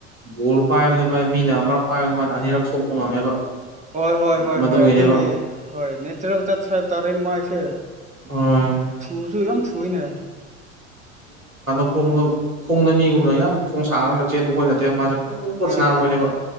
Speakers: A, on the right; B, on the right.
A: ꯕꯣꯜ ꯄꯥꯏꯕꯗ ꯚꯥꯢ ꯃꯤꯅ ꯑꯃꯔꯛ ꯄꯥꯏꯕꯗ ꯃꯥꯅ ꯑꯅꯤꯔꯛ ꯁꯣꯛꯄ ꯉꯝꯃꯦꯕ
B: ꯍꯣꯏ ꯍꯣꯏ ꯍꯣꯏ
A: ꯃꯗꯨꯒꯤꯅꯦꯕ
B: ꯍꯣꯏ ꯑꯗꯨꯒꯤ ꯍꯣꯏ ꯅꯦꯆꯔꯦꯜ ꯇꯠꯁ ꯍꯥꯏꯕ ꯇꯥꯔꯦꯅꯦ ꯃꯥꯏꯁꯦ
A: ꯍꯣꯏ
B: ꯊꯨꯁꯨꯨ ꯌꯥꯝ ꯊꯨꯢꯅꯦ
A: ꯈꯣꯡꯗ ꯈꯣꯡꯗ ꯃꯤꯒꯨꯝꯅ ꯌꯥꯝ ꯈꯣꯡ ꯁꯥꯡꯅꯔꯒ ꯆꯦꯟꯕ ꯈꯣꯢ ꯅꯠꯇꯦꯕ ꯃꯥꯁꯦ ꯄꯨ ꯄꯨꯠ
B: ꯍꯣꯏ
A: ꯁꯅꯥꯕꯩꯅꯦꯕ
B: ꯍꯣꯏ ꯍꯣꯏ